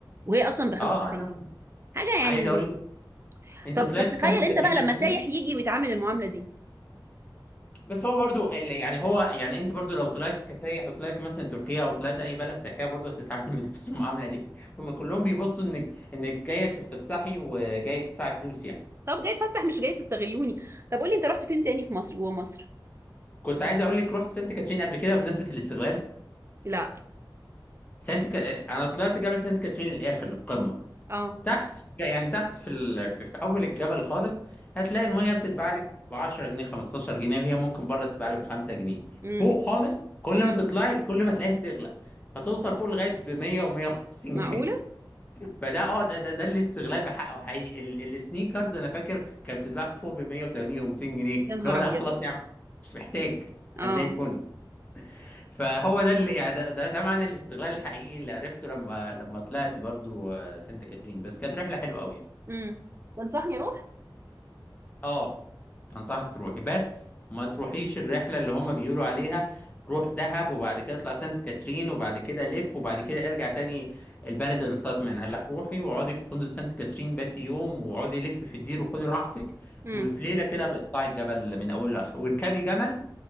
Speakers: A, on the right; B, on the left.
A: وهي اصلا ب 5
B: اه انا
A: جنيه حاجه
B: عايز
A: يعني
B: اقول لك انت
A: طب
B: طلعت
A: طب
B: سانت
A: تخيل
B: كاترين
A: انت بقى لما
B: قبل كده
A: سايح يجي ويتعامل المعامله دي
B: بس هو برضو ال... يعني هو يعني انت برضو لو طلعت كسايح وطلعت مثلا تركيا او طلعت اي بلد سياحيه برضو هتتعامل <laughs> من نفس المعامله دي هما كلهم بيبصوا انك انك جايه تتفسحي وجايه تدفعي فلوس يعني
A: طب جاي تفسح مش جاي تستغلوني طب قولي انت رحت فين تاني في مصر جوه مصر
B: كنت عايز اقول لك رحت سانت كاترين قبل كده بمناسبه الاستغلال
A: لا
B: سانت ك... انا طلعت جبل سانت كاترين للاخر للقمه
A: اه
B: تحت يعني تحت في ال... في في اول الجبل خالص هتلاقي الميه بتتباع لك ب 10 جنيه 15 جنيه وهي ممكن بره تتباع لك ب 5 جنيه
A: امم
B: فوق خالص كل
A: امم
B: ما تطلعي كل ما تلاقيها بتغلى هتوصل فوق لغايه ب 100 و150 جنيه
A: معقوله
B: <laughs> فده اه ده ده, ده الاستغلال بحقه حقيقي ال... السنيكرز انا فاكر كانت بتتباع فوق ب 180 و200 جنيه
A: يا نهار
B: اللي هو لا
A: ابيض
B: خلاص يا عم مش محتاج أنا
A: اه
B: زي الفل فهو ده اللي يعني ده, ده, ده معنى الاستغلال الحقيقي اللي عرفته لما لما طلعت برضو آه، سانت كاترين بس كانت رحله حلوه قوي يعني.
A: امم تنصحني اروح
B: اه انصحك تروحي بس ما تروحيش الرحله اللي هم بيقولوا عليها روح دهب وبعد كده اطلع سانت كاترين وبعد كده لف وبعد كده ارجع تاني البلد اللي طلعت منها لا روحي واقعدي في فندق سانت كاترين باتي يوم واقعدي لف في الدير وخدي راحتك
A: امم
B: وفي ليله كده بتطلعي الجبل من اوله لاخره واركبي جمل